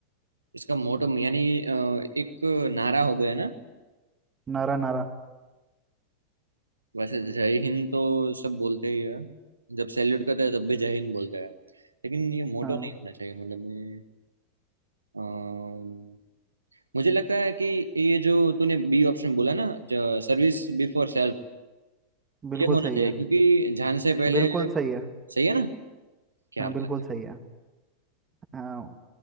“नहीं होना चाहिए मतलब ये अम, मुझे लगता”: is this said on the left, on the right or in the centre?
Right